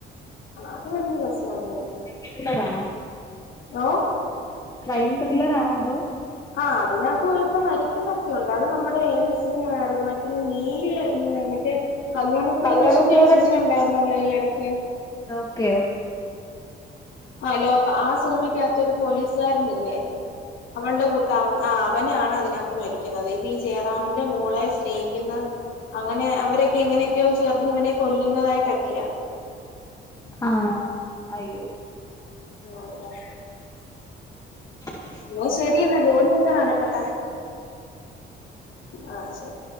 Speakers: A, on the left; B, on the left.
A: അത് വല്യ രസൊന്നുല്ല
B: ത്രില്ലറാണോ
A: ഓ
B: ക്രൈം ത്രില്ലറാണോ അതോ
A: ആഹ് അതിനകത്ത്മൊത്തം മരിക്കുന്നൊക്കെയുണ്ട് അത് നമ്മുടെ ഏത് സിനിമയാത് മറ്റേ നീലിയെ വന്നിട്ട് കല്യാണിപ്രിയദർശന്റെയൊരു
B: കല്യാണ പ്രിയദർശിനി
A: സിനിയുണ്ടായിരുന്നല്ലോ ഈയെടക്ക്
B: ലോക്കയോ
A: ആഹ് ലോക ആഹ് സിനിമക്കകത്തൊരു പോലീസുകാരനില്ലേ അവൾടെ കൂട്ടാ ആഹ് അവനാണതിനകത്ത് മരിക്കുന്നത് ഈ ജയറാമിന്റെ മോളെ സ്നേഹിക്കുന്ന അങ്ങനെ അവരൊക്കെ ഇങ്ങനെ ക്കെയോ ചേർന്നിവനെ കൊല്ലുന്നതായിട്ടൊക്കെയാ
B: ആഹ് അയ്യോ
A: ഉം ഉം
B: <inaudible>
A: എന്നെശെരിയെന്നാ ജോലിയൊക്കെ നടക്കട്ടെ ആ ശെരി